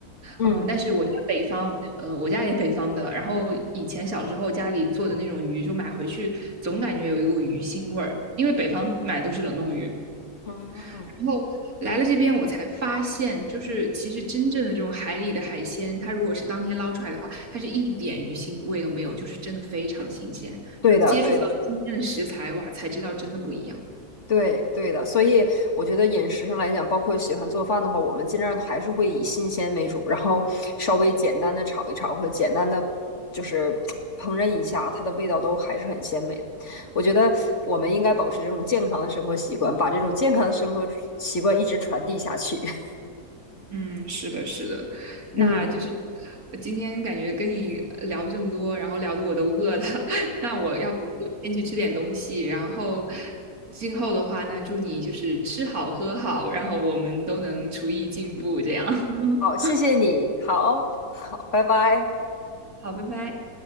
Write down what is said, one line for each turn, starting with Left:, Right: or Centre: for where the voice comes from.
Left: 嗯
Right: 嗯，但是我家北方，呃，我家也北方的，然后以前小时候家里做的那种鱼，就买回去总感觉有一股鱼腥味儿，因为北方买都是冷冻鱼，
Left: 嗯，
Right: 然后来了这边，我才发现，就是其实真正的这种海里的海鲜，它如果是当天捞出来的话，它是一点鱼腥味都没有，就是真的非常新鲜。
Left: 对的，
Right: 就是接触到新鲜的食材，
Left: 对的，
Right: 哇，才知道真的不一样。
Left: 对对的，所以我觉得饮食上来讲，包括喜欢做饭的话，我们尽量还是会以新鲜为主，然后稍微简单的炒一炒，或者简单的就是 <tsk> 烹饪一下，它的味道都还是很鲜美的。我觉得我们应该保持这种健康的生活习惯，把这种健康的生活习惯一直传递下去。<laughs>
Right: 嗯，是的，是的，那就是
Left: 嗯，
Right: 呃今天感觉跟你呃聊这么多，然后聊的我都饿了，<laughs> 那我要不就先去吃点东西，然后今后的话，那祝你就是吃好喝好，然后我们都能厨艺进步，这样。<laughs>
Left: 好，谢谢你，好好，拜拜。
Right: 好，拜拜。